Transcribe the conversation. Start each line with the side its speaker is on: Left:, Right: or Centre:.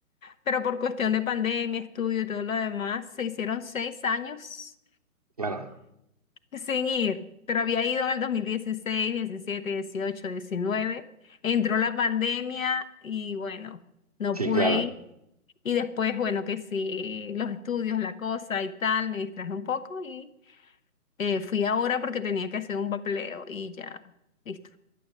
Left: pero por cuestión de pandemia, estudio y todo lo demás, se hicieron seis años
Right: Claro.
Left: sin ir, pero había ido en el 2016, 17, 18, 19. entró la pandemia y bueno, no
Right: Sí,
Left: pude
Right: claro.
Left: ir y después, bueno, que sí, los estudios, la cosa y tal, me distraje un poco y eh, fui ahora porque tenía que hacer un papeleo y ya, listo.